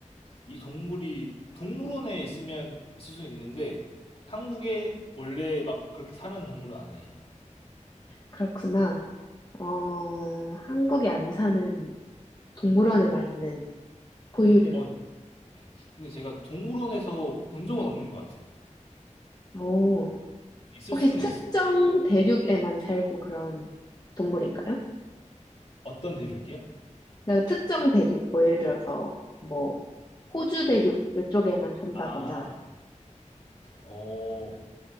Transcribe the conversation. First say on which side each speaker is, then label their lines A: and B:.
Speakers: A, on the left; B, on the left.
A: 이 동물이 동물원에 있으면 있을 수 있는데 한국에 원래 막 그렇게 사는 동물은 아니에요.
B: 그렇구나. 어, 한국에 안 사는 동물원에만 있는 포유류.
A: 어, 네. 근데 제가 동물원에서 본 적은 없는 것 같아요.
B: 오,
A: 있을
B: 혹시
A: 수는
B: 특정
A: 있어.
B: 대륙에만 살고 그런 동물인가요?
A: 어떤 대륙이요?
B: 그러니까 특정 대륙, 뭐 예를 들어서 뭐 호주 대륙 이쪽에만 산다거나
A: 아, 어,